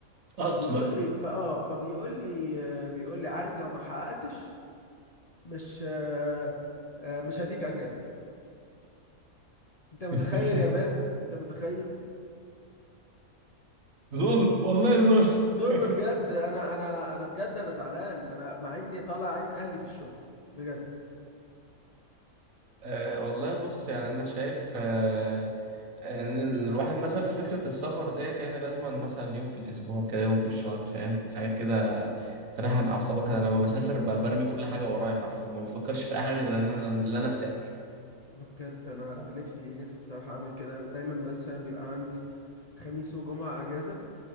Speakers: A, on the right; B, on the left.
A: اصلا
B: فبيقول لي فاه فبيقول لي آه، بيقول لي عارف لو ما حققتش مش آه، آه، مش هديك اجازه انت متخيل
A: <laughs>
B: يا مان انت متخيل
A: ظلم والله ظلم
B: ظلم
A: <laughs>
B: بجد انا انا انا بجد انا زعلان انا مع اني طالع عين اهلي في الشغل بجد
A: أه والله بص يعني أنا شايف أه إن الواحد مثلا في فكرة السفر ديت يعني لازم مثلا يوم في الأسبوع كده يوم في الشهر فاهم حاجة كده تريحن أعصابك أنا لما بسافر ب- برمي كل حاجة ورايا حرفيا ما بفكرش في أي حاجة غير إن أنا إن أنا مسافر
B: بجد انا نفسي نفسي بصراحه اعمل كده دايما مثلا بيبقى عندي خميس وجمعه اجازه